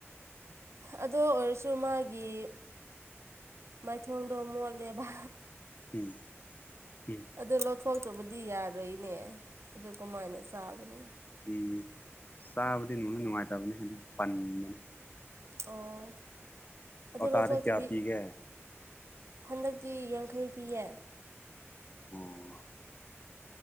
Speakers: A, on the right; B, on the left.
A: ꯑꯗꯣ ꯑꯣꯏꯔꯁꯨ ꯃꯥꯒꯤ ꯃꯥꯏꯊꯣꯡꯗꯣ ꯃꯣꯠꯂꯦꯕ
B: ꯎꯝ ꯎꯝ
A: ꯑꯗꯨ ꯂꯧꯊꯣꯛꯇꯕꯗꯤ ꯌꯥꯔꯣꯏꯅꯦ ꯑꯗꯨ ꯀꯃꯥꯏꯅ ꯆꯥꯒꯅꯤ
B: ꯎꯝ ꯆꯥꯕꯗꯤ ꯅꯨꯡꯗꯤ ꯅꯨꯡꯉꯥꯏꯇꯕꯅꯤ ꯑꯗꯨ ꯄꯟꯕꯅꯦ
A: ꯑꯣ ꯑꯗꯨ
B: ꯀꯧꯇꯥꯗ
A: ꯂꯧꯊꯣꯛꯇꯕꯤ
B: ꯀꯌꯥ ꯄꯤꯒꯦ
A: ꯍꯟꯗꯛꯇꯤ ꯌꯪꯈꯩ ꯄꯤꯌꯦ
B: ꯑꯣ